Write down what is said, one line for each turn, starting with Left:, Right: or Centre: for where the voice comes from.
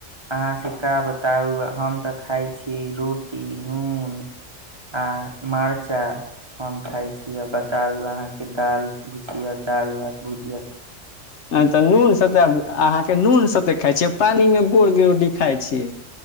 Right: अहाँ से का बताउ हम तऽ खाइ छीै रोटी नून आ मर्चा हम खाइ छी आ बताउ अहाँके ाल भुसिया दाल भात भुजी
Left: आ तऽ नून स अहाँके नू कोन साे खाइ छिय पानि मे बोर गडी खााय छिय